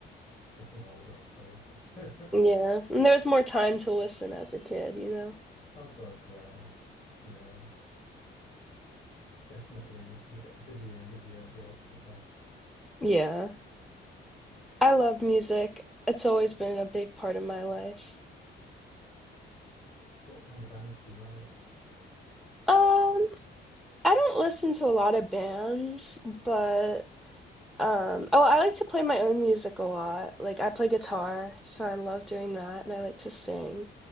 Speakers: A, on the left; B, in the centre.
A: Getting older, I suppose. <laughs>
B: Yeah. And there was more time to listen as a kid, you know?
A: Oh God, yeah. Yeah, definitely. You, you get busier and busier the older you get.
B: Yeah. I love music. It's always been a big part of my life.
A: What kind of bands do you like?
B: Um, I don't listen to a lot of bands, but um, oh, I like to play my own music a lot. Like I play guitar, so I love doing that, and I like to sing.